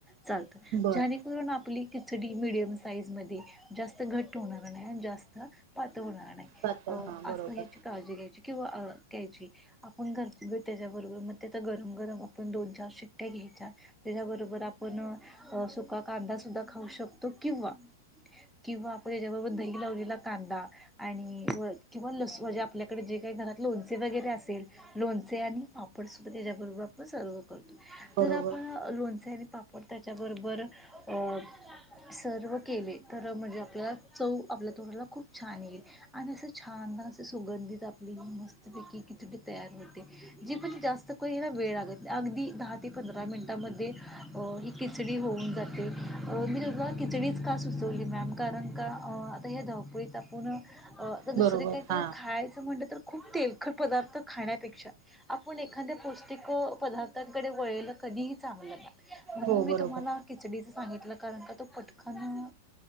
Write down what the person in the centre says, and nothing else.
चालत
जेणेकरून आपली खिच कढी मिडीयम साईज मध्ये जास्त घट होणार नाही, जास्त पातळ होणार नाही,
असं ह्याची काळजी घ्यायची किंवा अ घ्यायची. आपण <unintelligible> त्याच्या बरोबर मग त्या गरम गरम आपण दोन चार शिट्टया घ्यायच्या त्याच्या बरोबर आप आपण सुका कांदा सुद्धा खाऊ शकतो किंवा, किंवा आपण ह्याच्या बरोबर दही लावलेला कांदा आणि किंवा लस म्हणजे आपल्याकडे जे काही घरात लोणचे वगैरे असेल लोणचे आणि पापड सुद्धा त्याच्या बरोबर आपण सर्व
जर आपण लोणचे आणि पाप पण त्याच्याबरोबर अ सर्व्ह केले तर म्हणजे, आपल्याला चव आपल्या तोडांला खूप छान येइल, आणि असं छान! असे सुगंधित आपली मस्तपैकी खिचडी तयार होते, जी पण जास्त का ना वेळ लागत नाही, अगदी दहा ते पंधरा मिनिटामध्ये हो किचडी होऊन जाते, अ मी तुला खिचडीचं का सुचवली मॅम कारण का, आता ह्या धावपळीत आपण अ आता
दुसरे काही
तर खायचं म्हटलं, तर खूप तेल अख्खं पदार्थ खाण्यापेक्षा आपण एखाद्या पौष्टिक पदार्थांकडे वळलं कधीही चांगलं ना. म्हणून
मी
तुम्हाला खिचडीच सांगितलं. कारण, का तो पटकन